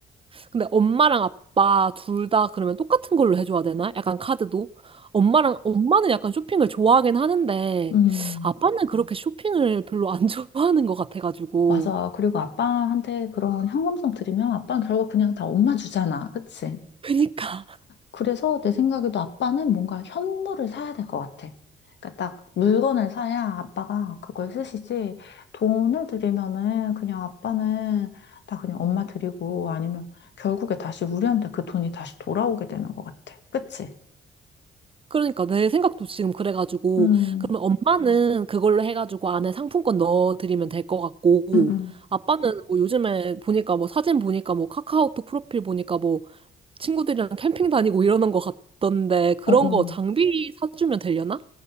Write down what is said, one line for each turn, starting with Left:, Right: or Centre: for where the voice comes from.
Right: 근데 엄마랑 아빠 둘 다 그러면 똑같은 걸로 해줘야 되나? 약간 카드도? 엄마랑 엄마는 약간 쇼핑을 좋아하긴 하는데
Left: 음,
Right: 아빠는 그렇게 쇼핑을 별로 안 <laughs> 좋아하는 것 같아가지고
Left: 맞아. 그리고 아빠한테 그런 현금성 드리면 아빠는 결국 그냥 다 엄마 주잖아. 그치?
Right: 그니까
Left: 그래서 내 생각에도 아빠는 뭔가 현물을 사야 될 것 같아. 그러니까 딱 물건을 사야 아빠가 그걸 쓰시지. 돈을 드리면은 그냥 아빠는 다 그냥 엄마 드리고 아니면 결국에 다시 우리한테 그 돈이 다시 돌아오게 되는 것 같아. 그치?
Right: 그러니까 내 생각도 지금 그래가지고
Left: 음,
Right: 그러면 엄마는 그걸로 해가지고 안에 상품권 넣어드리면 될 것 같고
Left: 응, 응.
Right: 아빠는 뭐 요즘에 보니까 뭐 사진 보니까 뭐 카카오톡 프로필 보니까 뭐 친구들이랑 캠핑 다니고 이러는 것 같던데 그런
Left: 어, 어.
Right: 거 장비 사주면 되려나?